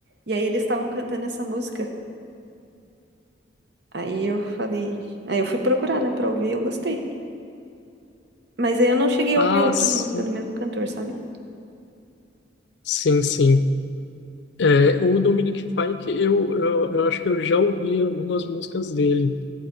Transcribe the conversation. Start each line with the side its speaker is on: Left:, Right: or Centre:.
Right: E aí eles estavam cantando essa música. Aí eu falei. Aí eu fui procurar, né, pra ouvir, eu gostei. Mas aí eu não cheguei a
Left: Ah,
Right: ouvir outras
Left: sim,
Right: músicas do mesmo cantor, sabe?
Left: sim, sim. É, o Dominic Fike, eu, eu, eu acho que eu já ouvi algumas músicas dele,